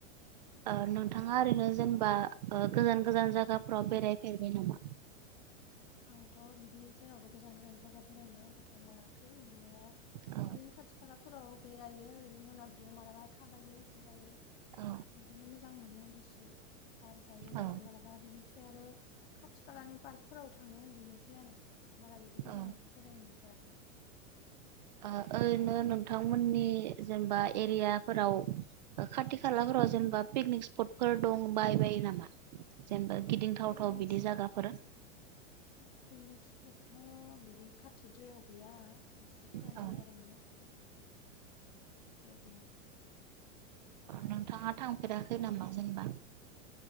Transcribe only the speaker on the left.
आंथ' बिदि जेरावबो गोजान गोजान जायगा बेरायनायाव आंबोथ' मोनाखै मोननाया बिदिनो
खाथि खालाफोराव बेरायो ओरैनो मोनाबिलियाव मालाबा थाबायो बेरायो
बिदिनो मोजां मोनो गुसु बार जायो मालाबा
मालाबा बेनिफ्राय ओमफ्राय आरो खाथि खालानि पार्कफोराव थाङो बेनोसै आरो बारा बिदि बिदि गोजानावथ'
बेरायनो मोनफेराखै
औ
पिकनिक
स्पट
पिकनिक स्पटथ' बिदि खाथिद्रायाव गैया एसे गोजान
जायो आरो माने खाथियाव गैया